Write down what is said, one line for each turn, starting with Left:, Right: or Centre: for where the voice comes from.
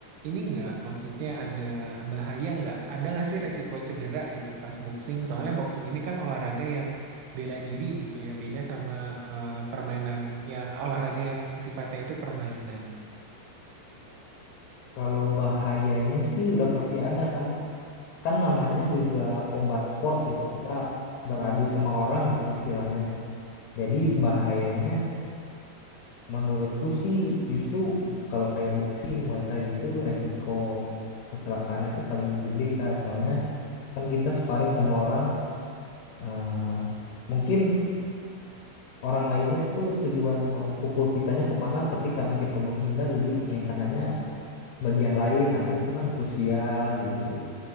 Right: ini nggak maksudnya ada bahaya nggak? Ada nggak sih resiko cedera gitu pas boxing? Soalnya boxing ini kan olahraga yang bela diri gitu ya, beda sama eh, permainan yang olahraga yang sifatnya itu permainan.
Left: Kalau bahayanya sih udah pasti ada kan. Kan namanya juga combat sport ya, kita beradu sama orang gitu istilahnya. Jadi bahayanya menurutku sih justru kalau kayak boxing, Muay Thai gitu resiko kecelakaannya tuh paling gede kak. Soalnya kan kita sparring sama orang eh, mungkin orang lainnya tuh tujuan mau pukul kitanya kemana tapi karena kita menghindar jadi yang kenanya bagian lain nah kan itu kan krusial gitu